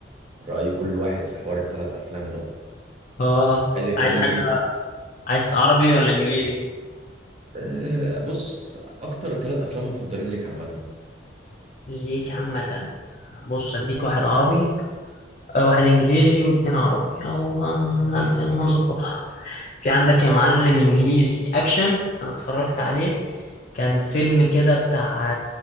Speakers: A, on the right; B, on the left.
A: راي كل واحد في حوار الثلاث افلام ده
B: آه
A: عايزك تقول
B: عايز حاجة
A: لي ايه
B: عايز عربي ولا إنجليزي؟
A: إيه، بص اكتر ثلاث افلام مفضلين ليك عامه
B: ليك عامة بص أديك واحد عربي آه، واحد إنجليزي واتنين عربي أو هن... هن...
A: ماشي.
B: هنظبطها في عندك يا معلم إنجليزي أكشن أنا اتفرجت عليه كان فيلم كده بتاع